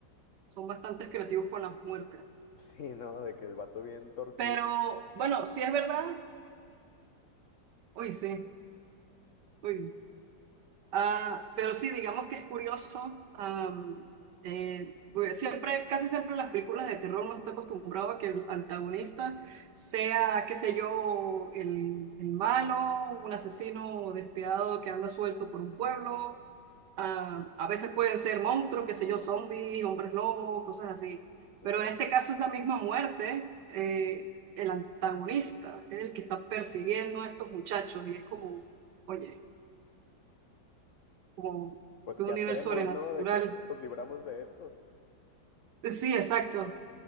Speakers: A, on the right (about 70°); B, on the left (about 55°).
A: Son bastante creativos con las muertes.
B: <laughs> Sí, ¿no? De que el vato bien torcido,
A: Pero bueno, si es verdad, uy, sí. uy Ah, pero sí, digamos que es curioso. am, eh, pues siempre, casi siempre en las películas de terror uno está acostumbrado a que el antagonista sea, qué sé yo, el, el malo, un asesino despiadado que anda suelto por un pueblo. Ah, a veces pueden ser monstruos, qué sé yo, zombies, hombres lobo, cosas así.
B: claro.
A: Pero en este caso es la misma muerte. eh, el antagonista es el que está persiguiendo a estos muchachos y es como, oye como
B: Pues,
A: de
B: ¿qué
A: un
B: hacemos,
A: nivel sobrenatural.
B: no? De que nos libramos de esto.
A: Sí, exacto.